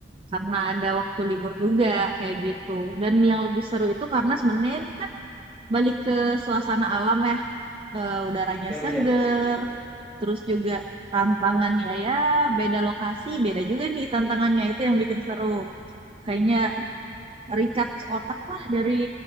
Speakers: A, on the right; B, in the centre.
A: Karena ada waktu libur juga kayak gitu. Dan yang lebih seru itu karena sebenarnya itu kan balik ke suasana alam ya, Eh, udaranya
B: Oh
A: seger,
B: iya betul betul.
A: terus juga tantangannya ya beda lokasi, beda juga nih tantangannya itu yang bikin seru. Kayaknya recharge otak lah dari